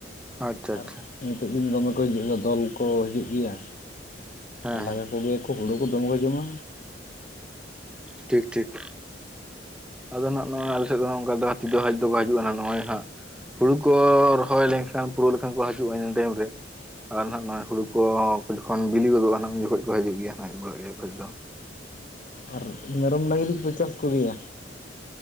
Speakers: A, in the centre; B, on the left.
A: ᱟᱪᱪᱷᱟ
B: ᱟᱨ
A: ᱟᱪᱪᱷᱟ
B: ᱱᱤᱛᱚᱜ ᱫᱤᱱ ᱫᱚᱢᱮ ᱠᱚ ᱦᱤᱡᱩᱜ ᱜᱮᱭᱟ ᱫᱚᱞ ᱠᱚ ᱦᱤᱡᱩᱜ ᱜᱮᱭᱟ᱾
A: ᱦᱮᱸ
B: ᱟᱨ
A: ᱦᱮᱸ
B: ᱞᱟᱜᱟ ᱠᱚ ᱜᱮᱭᱟ ᱠᱚ ᱦᱩᱲᱩ ᱠᱚ ᱫᱚᱢᱮ ᱠᱚ ᱡᱚᱢᱟ᱾
A: ᱴᱷᱤᱠ ᱴᱷᱤᱠ᱾ ᱟᱫᱚ ᱱᱟᱦᱟᱜ ᱱᱚᱜᱼᱚᱭ ᱟᱞᱮ ᱥᱮᱜ ᱫᱚ ᱱᱚᱜᱼᱱᱚᱝᱠᱟ ᱫᱚ ᱦᱟᱛᱤ ᱫᱚ ᱦᱮᱡ ᱫᱚ ᱠᱚ ᱦᱟᱹᱡᱩᱜᱼᱟ ᱟᱨ ᱱᱚᱜᱼᱚᱭ ᱦᱟᱸᱜ ᱦᱩᱲᱩ ᱠᱚ ᱨᱚᱦᱚᱭ ᱞᱮᱝᱠᱷᱟᱱ ᱯᱩᱨᱟᱹᱣ ᱞᱮᱠᱷᱟᱱ ᱠᱚ ᱦᱟᱡᱩᱜᱼᱟ ᱤᱱᱟᱹ ᱴᱟᱭᱤᱢ ᱨᱮ᱾ ᱟᱨ ᱱᱟᱦᱟᱜ ᱱᱚᱜᱼᱚᱭ ᱦᱩᱲᱩ ᱠᱚ ᱡᱚᱠᱷᱚᱱ ᱵᱤᱞᱤ ᱜᱚᱫᱚᱜᱼᱟ ᱱᱟᱝ ᱩᱱ ᱡᱚᱠᱷᱚᱡ ᱠᱚ ᱦᱤᱡᱩᱜ ᱜᱮᱭᱟ ᱱᱟ ᱦᱮᱡ ᱵᱟᱲᱟᱜ ᱜᱮᱭᱟ ᱠᱚ ᱦᱮᱡ ᱫᱚ᱾
B: ᱟᱨ ᱢᱮᱨᱚᱢ ᱰᱟᱹᱝᱨᱤ ᱠᱚᱯᱮ ᱪᱟᱥ ᱠᱚ ᱜᱮᱭᱟ?